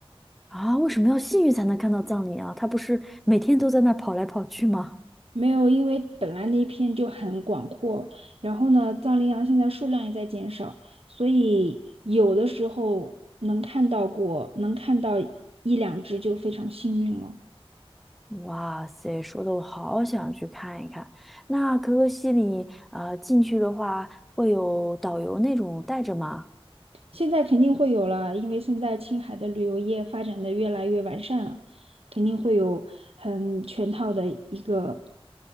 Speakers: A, in the centre; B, on the right.
A: 啊，为什么要幸运才能看到葬礼啊？他不是每天都在那儿跑来跑去吗？
B: 没有，因为本来那一片就很广阔，然后呢，藏羚羊现在数量也在减少，所以有的时候能看到过，能看到一两只就非常幸运了。
A: 哇塞，说的我好想去看一看。那可可西里，呃，进去的话会有导游那种带着吗？
B: 现在肯定会有了，因为现在青海的旅游业发展的越来越完善了，肯定会有很全套的一个